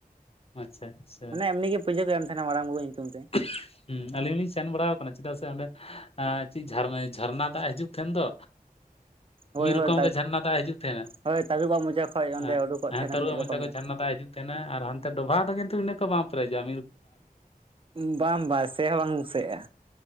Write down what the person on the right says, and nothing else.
ᱢᱟᱱᱮ ᱮᱢᱱᱤ ᱜᱮ ᱯᱩᱡᱟᱹ ᱫᱚ ᱮᱢ ᱛᱷᱮᱱᱟ ᱢᱟᱲᱟᱝ ᱵᱩᱨᱩ ᱧᱩᱛᱩᱢ ᱛᱮ
ᱦᱳᱭ
ᱦᱳᱭ
ᱦᱳᱭ ᱛᱟᱹᱨᱩᱵᱟᱜ ᱢᱚᱪᱟ ᱠᱷᱚᱡ ᱚᱸᱰᱮ
ᱩᱰᱩᱠᱚᱜ ᱛᱟᱦᱮᱱᱟ
ᱢᱤᱫ ᱨᱚᱠᱚᱢ
ᱫᱚ
ᱤᱱ ᱵᱟᱝ ᱵᱟᱝ ᱥᱮ ᱦᱚᱸ ᱵᱟᱝ ᱥᱮᱜᱼᱟ